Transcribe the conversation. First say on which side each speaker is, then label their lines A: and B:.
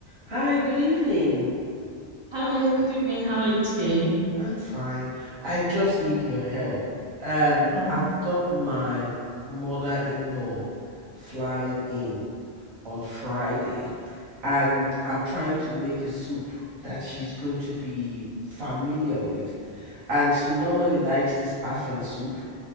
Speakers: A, on the right; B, on the right.
A: Hi, good evening.
B: Hi, good evening. How are you today?
A: I'm fine. I just need your help. Um,
B: Oh,
A: I've got my mother-in-law flying in on Friday, and I'm trying to make a soup that she's going to be familiar with. And she normally likes this Afan soup.